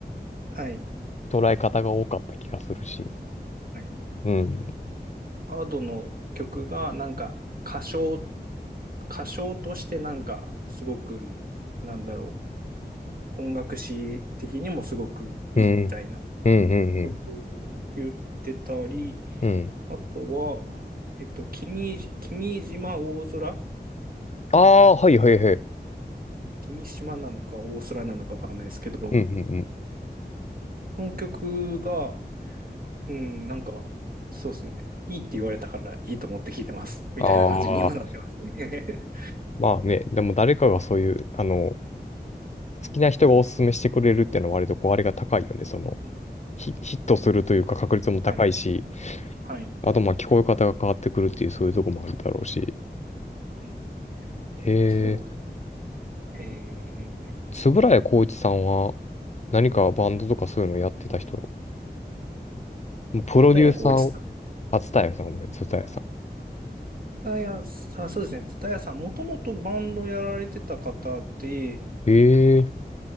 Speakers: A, on the right (about 55°); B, on the left (about 40°).
A: はい。
B: 捉え方が多かった気がするし。
A: はい。
B: うん。
A: アドの曲がなんか歌唱、歌唱としてなんかすごく、なんだろう。音楽史的にもすごくいいみたいな
B: うん。うんうんうん。
A: ことを言ってたり、
B: うん。
A: あとは、えっと、君、君島大空
B: ああ、はいはいはい。
A: 君島なのか大空なのかわかんないですけど、
B: うんうんうん。
A: その曲が、うん、なんか、そうですね。いいって言われたからいいと思って聞いてます。みたいな感じに今なってますね。
B: ああ。
A: <laughs>
B: まあね、でも誰かがそういう、あの、好きな人がおすすめしてくれるっていうのは割とこう、あれが高いよね。その、
A: うん
B: ヒ、ヒットするというか確率も高いし、
A: はい。はい。
B: あとまあ聞こえ方が変わってくるっていうそういうとこもあるだろうし。
A: うん
B: へえ、
A: そう。えー、
B: 円谷浩一さんは何かバンドとかそういうのやってた人、もうプロデューサーを、
A: 田谷浩一
B: あ、蔦谷さんごめんなさい、蔦谷さ
A: タヤさん、そうですね。タヤさん、もともとバンドやられてた方で、
B: ん。へえ、